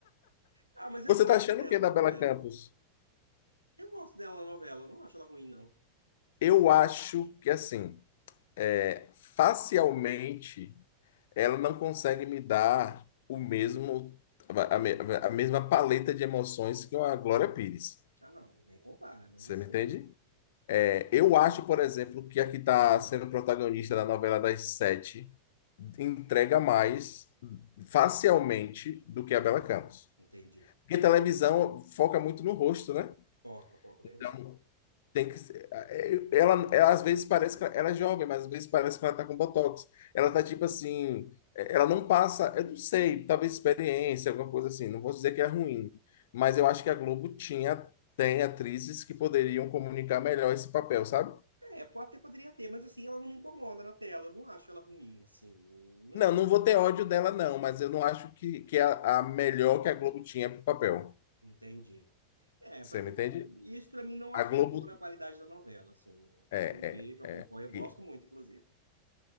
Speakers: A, on the right; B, on the left.
A: Ah,
B: <laughs>
A: mas eu
B: Você
A: gosto
B: tá achando
A: dela
B: o que da
A: na
B: Bela
A: novela.
B: Campos?
A: Eu gosto dela na novela, não acho ela ruim, não.
B: Eu acho que assim, é, facialmente, ela não consegue me dar o mesmo a, me- a mesma paleta de emoções que uma Glória Pires.
A: Ah, não, nem compara, mas
B: Você
A: assim,
B: me entende?
A: entendo.
B: É, eu acho, por exemplo, que a que está sendo protagonista da novela das sete entrega mais facialmente do que a Bela Campos.
A: Entendi.
B: Porque televisão foca muito no rosto, né?
A: Foca, foca, verdade.
B: Então tem que ser. é, Ela, ela é, às vezes parece que ela, ela é jovem, mas às vezes parece que ela tá com botox. Ela tá tipo assim, é, ela não passa, eu não sei, talvez experiência, alguma coisa assim. Não vou dizer que é ruim, mas eu acho que a Globo tinha, tem atrizes que poderiam comunicar melhor esse papel, sabe?
A: É, pode até poderia ter, mas assim, ela não me incomoda na tela. Eu não acho ela ruim, assim. Não
B: Não,
A: acho.
B: não vou ter ódio dela, não, mas eu não acho que, que é a, a melhor que a Globo tinha pro papel.
A: Entendi. É,
B: Você
A: pra mim,
B: me entende?
A: isso pra mim não
B: A
A: afetou
B: Globo.
A: na qualidade da novela, assim.
B: É,
A: Eu vejo, acompanho,
B: é,
A: eu gosto
B: é.
A: muito, inclusive.